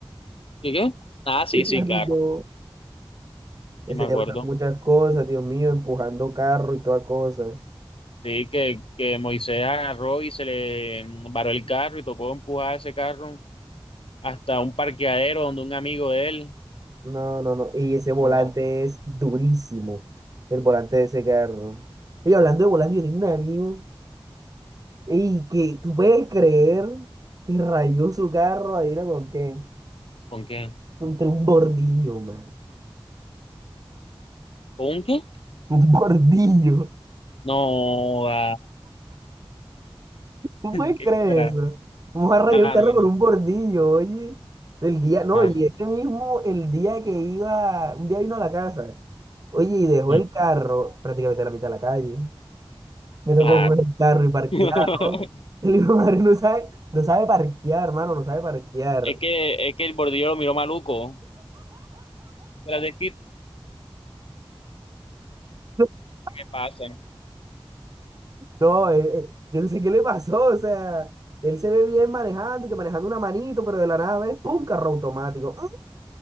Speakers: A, on the left; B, on the right.
A: ¿Qué qué? Ah,
B: <laughs>
A: sí,
B: que
A: sí,
B: se orinó.
A: claro,
B: Ese
A: sí me acuerdo.
B: día pasaron muchas cosas, Dios mío, empujando carro y toda cosa.
A: Sí, que, que Moisés agarró y se le varó el carro y tocó empujar ese carro hasta un parqueadero donde un amigo de él.
B: No, no, no. Y ese volante
A: Wow.
B: es durísimo. El volante de ese carro. Y hablando de volante, yo tengo un amigo. Y que tú puedes creer que rayó su carro, adivina con qué.
A: ¿Con qué?
B: Contra un bordillo, man. <laughs>
A: ¿Con un qué?
B: Un bordillo.
A: No, va.
B: ¿Tú
A: <laughs>
B: puedes
A: ¿Qué
B: creer
A: era?
B: eso? Vamos a rayar
A: Mano,
B: un carro
A: en-
B: con un bordillo, oye. El día, no,
A: mano.
B: y ese mismo, el día que iba, un día vino a la casa. Oye, y dejó
A: Mm,
B: el carro prácticamente a la mitad de la calle. Me tocó
A: Claro.
B: coger el carro y parquearlo.
A: <laughs>
B: <laughs> El hijo de madre no sabe, no sabe parquear, hermano, no sabe parquear.
A: Es que, es que el bordillo lo miró maluco. Se La de
B: <laughs>
A: ¿qué pasa?
B: No, eh, eh, yo no sé qué le pasó, o sea, él se ve bien manejando y que manejando una manito, pero de la nada ve, ¡pum! Carro automático. ¡Mm!